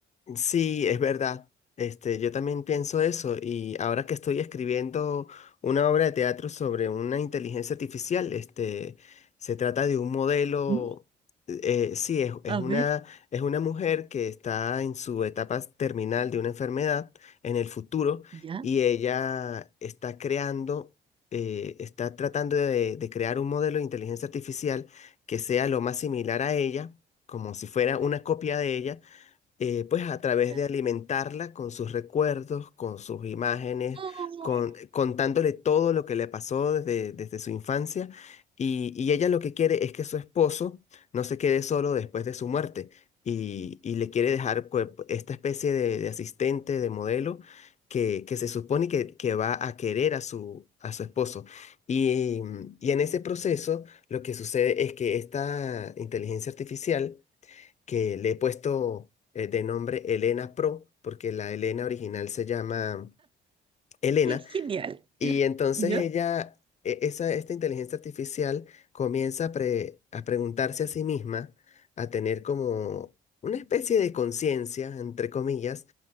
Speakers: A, on the left; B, on the right.
A: Sí, es verdad. Este, yo también pienso eso y ahora que estoy escribiendo una obra de teatro sobre una inteligencia artificial, este, se trata de un modelo,
B: Mm,
A: eh, sí, es, es
B: A
A: una,
B: ver,
A: es una mujer que está en su etapa terminal de una enfermedad en el futuro
B: ya.
A: y ella está creando, eh, está tratando de, de crear un modelo de inteligencia artificial que sea lo más similar a ella, como si fuera una copia de ella eh, pues a través
B: ya.
A: de alimentarla
B: <laughs>
A: con sus recuerdos, con sus imágenes,
B: Oh,
A: con, contándole todo lo que le pasó desde, desde su infancia. Y, y ella lo que quiere es que su esposo no se quede solo después de su muerte y, y le quiere dejar pues, esta especie de, de asistente, de modelo. Que, que se supone que, que va a querer a su, a su esposo. Y, y en ese proceso lo que sucede es que esta inteligencia artificial que le he puesto eh, de nombre Elena Pro, porque la Elena original se llama Elena,
B: qué genial.
A: y entonces
B: ya
A: ella, e- esa, esta inteligencia artificial comienza a, pre- a preguntarse a sí misma, a tener como una especie de conciencia, entre comillas,